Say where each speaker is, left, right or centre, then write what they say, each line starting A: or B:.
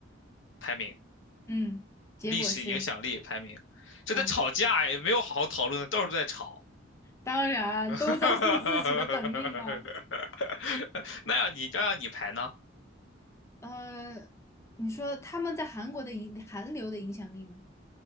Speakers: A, on the left (about 80°); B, on the left (about 15°).
A: 排名，
B: 嗯，结果是，
A: 历史影响力排名，这在吵架也没有好好讨论，
B: 嗯，
A: 到处在吵。
B: 当然都在护自己的本命呢。
A: <laughs> 哈哈哈那要你要让你排呢？
B: 呃，你说他们在韩国的影韩流的影响力吗？